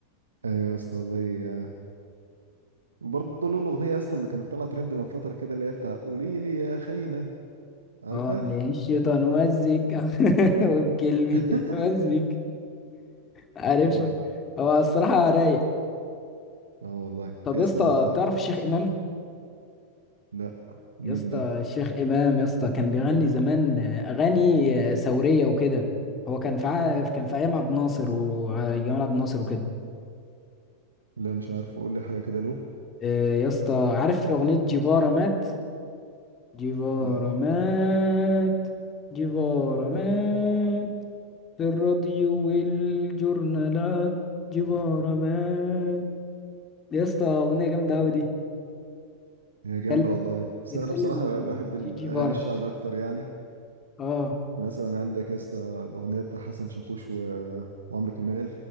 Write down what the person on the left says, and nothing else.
اه للشيطان وزك <laughs> وبكلمة
وزك عارفها
<laughs> هو الصراحة رايق
طب
يا
اسطى تعرف الشيخ إمام؟
يا اسطى
الشيخ إمام يا اسطى كان بيغني زمان آه، أغاني آه، ثورية وكده هو كان في ع- كان في أيام عبد الناصر وجمال عبد الناصر وكده
آه، يا اسطى عارف أغنية جيفارا مات؟ جيفارا
مات جيفارا مات في الراديو والجورنالات جيفارا مات يا اسطى اغنيه جامده قوي دي
بيتكلم
بيتكلم
عن
شي جيفارا
اه